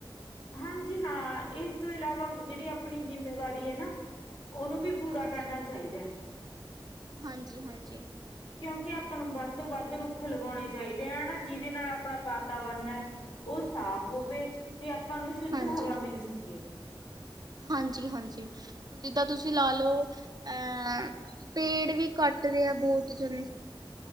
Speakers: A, on the left; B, on the right.
A: ਹਾਂਜੀ ਹਾਂ, ਇਸ ਤੋਂ ਇਲਾਵਾ ਜੇੜੀ ਆਪਣੀ ਜਿੰਮੇਵਾਰੀ ਐ ਨਾਂ ਓਨੂੰ ਵੀ ਪੂਰਾ
B: ਹਾਂਜੀ।
A: ਕਰਨਾ ਚਾਈਦੈ।
B: ਹਾਂਜੀ ਹਾਂਜੀ
A: ਕਿਉਂਕਿ ਆਪਾਂ ਨੂੰ ਵੱਧ ਤੋਂ ਵੱਧ ਰੁੱਖ ਲਗਾਉਣੇ ਚਾਈਦੇ ਆ ਨਾਂ ਜਿਦੇ ਨਾਲ ਆਪਣਾ ਵਾਤਾਵਰਨ ਓ ਸਾਫ਼ ਹੋਵੇ
B: ਹਾਂਜੀ
A: ਤੇ ਆਪਾਂ ਨੂੰ ਸ਼ੁੱਧ
B: ਹਾਂਜੀ
A: ਹਵਾ ਮਿਲ ਸਕੇ।
B: ਹਾਂਜੀ ਹਾਂਜੀ। ਹੁਣ ਜਿੱਦਾਂ ਤੁਸੀਂ ਲਾ ਲੋ, ਅਹ ਪੇੜ ਵੀ ਕੱਟ ਰੇ ਆ ਬੋਤ ਜਣੇ।